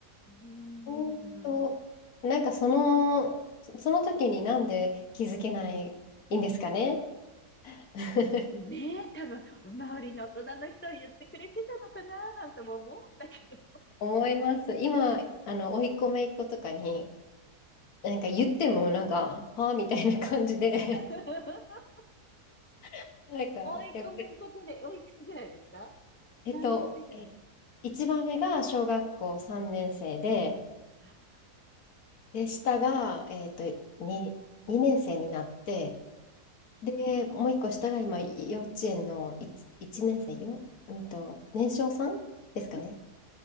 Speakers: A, on the left (about 15°); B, on the left (about 65°).
A: うーん、
B: ほんと、なんかその、その時になんで気づけないんですかね <laughs>
A: ねえ、多分、周りの大人の人は言ってくれてたのかな、なんとも思うんだけど。
B: 思います。今、あの、甥っ子姪っ子とかに、なんか言っても、なんか、はあみたいな感じで
A: <laughs>
B: <laughs> なんか、
A: おいっ子、
B: やっぱり、
A: めいっ子ちゃんで、おいくつぐらいですか
B: えっと、
A: 何年生ぐらい
B: え、一番目が小学校3年生で、
A: あ、
B: で、下が、えっと、2、2年生になって、で、もう一個下が今、幼稚園の1、一年生よ、うんと、年少さんですかね。
A: うん